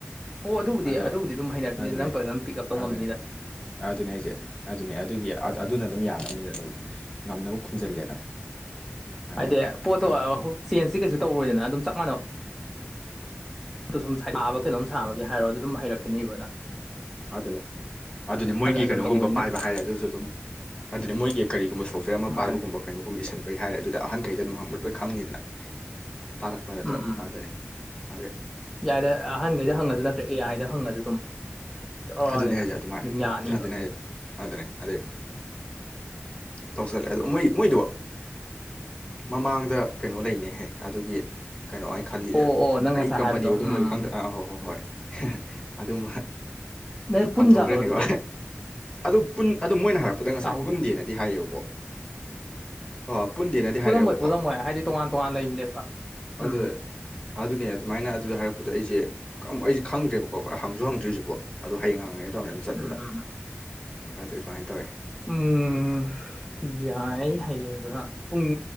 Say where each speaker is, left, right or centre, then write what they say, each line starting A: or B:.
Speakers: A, in the centre; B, on the left.
A: ꯑꯣ ꯑꯗꯨꯕꯨꯗꯤ
B: ꯑꯗꯣ
A: ꯑꯗꯨꯕꯨꯗꯤ ꯑꯗꯨꯝ ꯍꯩꯅꯔꯛꯈꯤꯅꯤ
B: ꯑꯗꯨꯅꯦ
A: ꯅꯪ ꯐꯖꯥꯅ ꯄꯤꯛꯑꯞ ꯇꯧꯉꯝꯅꯤꯗ
B: ꯑꯗꯨꯅꯦ ꯑꯗꯨꯅꯦ ꯍꯥꯏꯁꯦ ꯑꯗꯨꯅꯦ ꯑꯗꯨꯒꯤ ꯑꯗꯨꯅ ꯑꯗꯨꯝ ꯌꯥꯗꯅꯤꯅ ꯑꯗꯨꯝ ꯉꯝꯅꯕ ꯈꯨꯝꯖꯤꯜꯂꯦꯗꯅ ꯑꯗꯒꯤ
A: ꯍꯥꯗꯤ ꯄꯣꯠꯇꯣ
B: ꯑꯗꯨꯅ
A: ꯆꯦꯟꯁꯤ ꯀꯩꯁꯨ ꯇꯧꯔꯣꯏꯗꯅ ꯑꯗꯨꯝ ꯆꯞ ꯃꯥꯟꯅꯕ ꯑꯣ ꯁꯨꯝ ꯁꯥꯕ ꯀꯩꯅꯣꯝ ꯁꯥꯕꯒꯦ ꯍꯥꯏꯔꯛꯑꯣ ꯑꯗꯨꯝ ꯍꯥꯏꯔꯛꯀꯅꯤꯕꯅ
B: ꯑꯗꯨꯅꯤ ꯑꯗꯨꯅꯤ ꯃꯣꯏꯒꯤ
A: ꯍꯟꯖꯟ ꯍꯟꯖꯟ
B: ꯀꯩꯅꯣꯒꯨꯝꯕ
A: ꯇꯧꯕꯅꯤꯅ
B: ꯄꯥꯏꯕ ꯍꯥꯏꯔꯦ ꯑꯗꯨꯖꯨ ꯑꯗꯨꯝ ꯑꯗꯨꯅꯤ ꯃꯣꯏꯒꯤ ꯀꯔꯤꯒꯨꯝꯕ ꯁꯣꯐꯋꯦꯔ ꯑꯃ ꯄꯥꯏꯕꯒꯨꯝꯕ
A: ꯃꯥꯅꯦ
B: ꯀꯩꯅꯣꯒꯨꯝꯕ ꯏꯁꯟꯕꯩ ꯍꯥꯏꯔꯦ ꯑꯗꯨꯗ ꯑꯍꯥꯟꯈꯩꯗ ꯑꯗꯨꯝ ꯍꯪꯕꯗ ꯂꯣꯏꯅ ꯈꯪꯅꯤꯗꯅ ꯇꯥꯔꯛꯄꯗ
A: ꯎꯝ ꯎꯝ
B: ꯑꯗꯨꯅꯤ ꯑꯗꯨꯗꯤ
A: ꯌꯥꯏꯗ ꯑꯍꯟꯈꯩꯗ ꯍꯪꯉꯁꯨ ꯅꯠꯇ꯭ꯔ ꯑꯦ ꯑꯥꯏꯗ ꯍꯪꯉꯁꯨ ꯑꯗꯨꯝ ꯆꯥꯎꯔꯅꯤꯅ
B: ꯑꯗꯨꯅꯦ ꯍꯥꯏꯁꯦ ꯑꯗꯨꯃꯥꯏꯅ
A: ꯑꯗꯨꯝ ꯌꯥꯅꯤꯕ
B: ꯑꯗꯨ ꯑꯗꯨꯅꯦ ꯍꯥꯏꯁꯦ ꯑꯗꯨꯅꯦ ꯑꯗꯩ ꯇꯧꯁꯜꯂꯦ ꯑꯗꯣ ꯃꯣꯏ ꯃꯣꯏꯗꯣ ꯃꯃꯥꯡꯗ ꯀꯩꯅꯣ ꯂꯩꯅꯦꯍꯦ ꯑꯗꯨꯒꯤ ꯀꯩꯅꯣ ꯑꯩꯅ ꯈꯜꯂꯤꯖꯦ
A: ꯑꯣ
B: ꯑꯗꯨ
A: ꯑꯣ ꯅꯪ
B: ꯀꯩ
A: ꯉꯁꯥꯏ
B: ꯀꯝꯄꯅꯤ
A: ꯍꯥꯏꯕꯗꯣ
B: ꯑꯣꯏꯗꯣꯏꯅꯣꯖꯦ
A: ꯎꯝ
B: ꯈꯪꯗ ꯑꯥ ꯑꯍꯣꯏ ꯍꯣꯏ ꯍꯣꯏ ꯑꯗꯨꯝ
A: ꯅ ꯄꯨꯟꯖꯥꯠꯂꯣ
B: ꯄꯟꯊꯣꯛꯈ꯭ꯔꯅꯤꯀꯣ
A: ꯑꯗꯨꯗꯤ
B: ꯑꯗꯣ ꯄꯨꯟ ꯑꯗꯣ ꯃꯣꯏꯅ ꯍꯥꯏꯔꯛꯄꯗ ꯉꯁꯥꯏ
A: ꯇꯥꯍꯧꯗꯦ
B: ꯄꯨꯟꯗꯦꯅꯗꯤ ꯍꯥꯏ ꯑꯕꯀꯣ ꯑꯣ ꯄꯨꯟꯗꯦꯅꯗꯤ
A: ꯄꯨꯜꯂꯝꯃꯣꯏ
B: ꯍꯥꯏꯔꯛꯑꯦꯕꯀꯣ
A: ꯄꯨꯜꯂꯝꯃꯣꯏ ꯍꯥꯏꯗꯤ ꯇꯣꯉꯥꯟ ꯇꯣꯉꯥꯟ ꯂꯩꯕꯅꯦꯕ
B: ꯑꯗꯨꯗ
A: ꯎꯝ
B: ꯑꯗꯨꯅꯦ ꯑꯗꯨꯃꯥꯏꯅ ꯑꯗꯨꯗ ꯍꯥꯏꯔꯛꯄꯗ ꯑꯩꯁꯦ ꯑ ꯑꯩꯁꯦ ꯈꯪꯗ꯭ꯔꯦꯕꯀꯣ ꯍꯪꯁꯨ ꯍꯪꯗ꯭ꯔꯤ ꯍꯧꯖꯤꯛꯐꯥꯎ ꯑꯗꯨ ꯍꯌꯦꯡ ꯍꯪꯉꯒꯦ ꯇꯧꯅꯤ ꯑꯗꯨꯝ ꯆꯠꯄꯗ
A: ꯎꯝ ꯎꯝ
B: ꯅꯠꯇꯔꯗꯤ ꯑꯗꯨꯃꯥꯏꯅ ꯇꯧꯢ
A: ꯎꯝ ꯌꯥꯏ ꯍꯌꯦꯡꯗꯨꯅ ꯄꯨꯡ